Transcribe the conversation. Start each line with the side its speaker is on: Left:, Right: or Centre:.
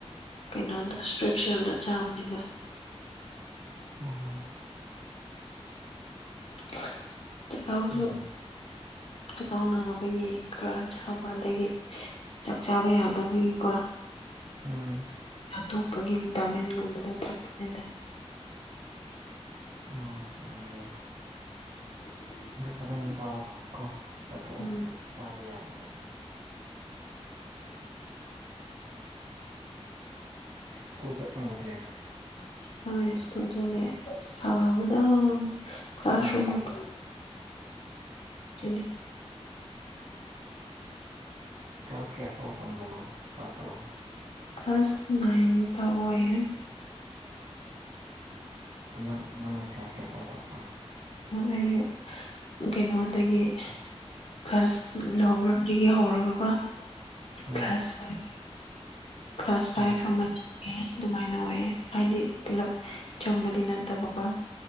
Left: ꯀꯩꯅꯣꯗ ꯏꯁꯇ꯭ꯔꯤꯞꯁꯤꯜꯗꯣ ꯆꯥꯕꯅꯤꯗ
Right: ꯑꯣ
Left: ꯑ ꯆꯈꯥꯎꯁꯨ
Right: ꯎꯝ
Left: ꯆꯈꯥꯎ ꯅꯥꯕꯒꯤ ꯈꯔ ꯆꯥꯕ ꯑꯗꯒꯤ ꯆꯥꯛ ꯆꯥꯕ ꯌꯥꯗꯕꯒꯤꯀꯣ
Right: ꯎꯝ
Left: ꯑꯥꯊꯣꯛꯄꯒꯤ ꯚꯤꯇꯥꯃꯤꯟꯒꯨꯝꯕꯗꯣ ꯊꯛꯄꯅꯤꯗ
Right: ꯑꯣ ꯍ ꯌꯥꯢ ꯑꯗꯨ ꯐꯖꯅ ꯆꯥꯎꯣ ꯀꯣ ꯆꯥꯊꯣꯛꯑꯣ
Left: ꯎꯝ
Right: ꯆꯥꯗ ꯌꯥꯕꯗꯤ ꯁ꯭ꯀꯨꯜ ꯆꯠꯄ ꯉꯁꯤ
Left: ꯍꯣꯏ ꯁ꯭ꯀꯨꯜ ꯆꯠꯂꯦ ꯁꯥꯕꯗ ꯀ꯭ꯂꯥꯁꯔꯨꯝꯒ
Right: ꯎꯝ
Left: <unintelligible>
Right: ꯀ꯭ꯂꯥꯁ ꯀꯌꯥ ꯑꯐꯥꯎ ꯇꯝꯕꯅꯣ ꯇꯥꯄꯔ‌ꯣ
Left: ꯀ꯭ꯂꯥꯁ ꯅꯥꯏꯟ ꯐꯥꯎꯕ ꯑꫭꯏꯌ‌ꯦ
Right: ꯅꯪ ꯅꯪꯅ ꯀ꯭ꯂꯥꯁ ꯀꯌꯥ ꯐꯥꯎ ꯇꯥꯛꯄ
Left: ꯑꯩꯌꯨꯛ ꯀꯩꯅꯣꯗꯒꯤ ꯀ꯭ꯂꯥꯁ ꯂꯣꯋꯔꯗꯒꯤ ꯍꯧꯔꯒꯒ
Right: ꯎꯝ
Left: ꯀ꯭ꯂꯥꯁ ꯐꯥꯏꯚ ꯀ꯭ꯂꯥꯁ ꯐꯥꯏꯚ
Right: ꯑꯣ
Left: ꯑꯃ ꯆꯪꯉꯦ ꯑꯗꯨꯃꯥꯏꯅ ꯑꯣꯏꯌꯦ ꯍꯥꯏꯗꯤ ꯄꯨꯂꯞ ꯆꯪꯕꯗꯤ ꯅꯠꯇꯕꯀꯣ